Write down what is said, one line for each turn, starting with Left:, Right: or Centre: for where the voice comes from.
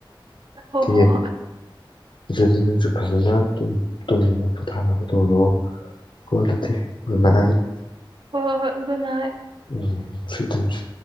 Left: ꯑꯣꯀꯦ
Right: ꯍꯣ ꯍꯣ ꯍꯣꯏ
Left: ꯑꯗꯨꯗꯤ ꯅꯪꯖꯨ ꯐꯖꯅ ꯇꯨꯝꯅꯕ ꯄꯣꯊꯥꯅꯕ ꯇꯧꯔꯣ <unintelligible> ꯒꯨꯗ ꯅꯥꯏꯠ
Right: ꯍꯣꯏ ꯍꯣꯏ ꯍꯣꯏ ꯒꯨꯠ ꯅꯥꯏꯇ
Left: ꯎꯝ ꯁꯋꯤꯠ ꯗꯔꯤꯝꯁ